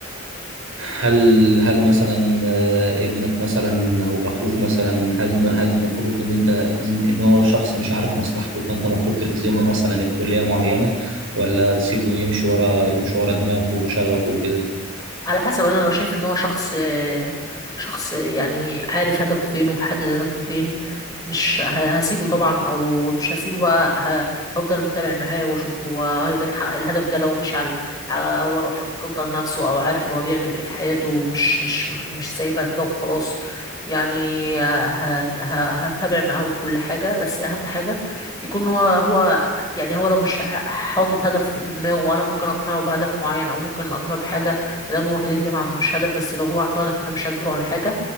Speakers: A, on the right (about 75°); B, on the left (about 20°).
A: هل هل مثلا آه، ابنك مثلا أو أخوك مثلا هل هل المفروض إن أنت إن, إن هو شخص مش عارف مصلحته فأنت المفروض تلزمه مثلا في كلية معينة ولا تسيبه يمشي ورا يمشي ورا دماغه وشغفه وكده
B: على حسب انا لو شايف ان هو شخص شخص يعني عارف هدفه فين ومحدد هدفه فين مش ه- هسيبه طبعا او مش هسيبه بقى ه- هفضل متابع معاه واشوف هو هيقدر يحقق الهدف ده لو مشي على على هو لو حاطط خطة لنفسه او عارف هو بيعمل ايه في حياته ومش مش مش سايبها كده وخلاص يعني ه- ه- هتابع معاه كل حاجة بس اهم حاجة يكون هو هو يعني هو لو مش ع- حاطط هدف في دماغه وانا ممكن اقنعه بهدف معين او ممكن اقنعه بحاجة فدام هو كده كده ما عندوش هدف بس لو هو عنده هدف انا مش هجبره على حاجه